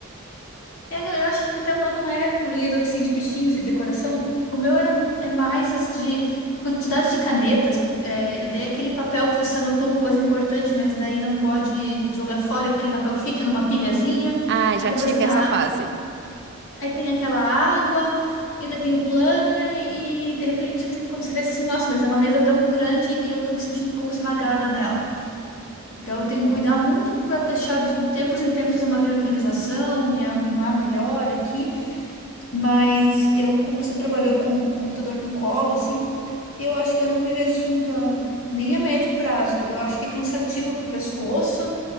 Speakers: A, on the left; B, on the right.
A: É, não, eu acho que até o meu não é poluído assim de bichinhos de decoração. O meu era, é mais as de quantidade de canetas, é, e daí aquele papel que você anotou uma coisa importante, mas daí não pode jogar fora, aquele papel fica numa pilhazinha.
B: Ah, já
A: Aí depois
B: tive
A: tem
B: essa
A: a,
B: fase.
A: aí tem aquela água, e daí tem o planner, e de repente tem- quando você vê assim, nossa, mas é uma mesa tão grande e eu tô me sentindo um pouco esmagada nela. Então, eu tenho que cuidar muito para deixar de tempos em tempos uma reorganização, me arrumar melhor aqui. Mas eu, como você trabalhou com um computador no colo, assim, eu acho que eu não me vejo isso muito a, nem a médio prazo. Eu acho que é cansativo para o pescoço.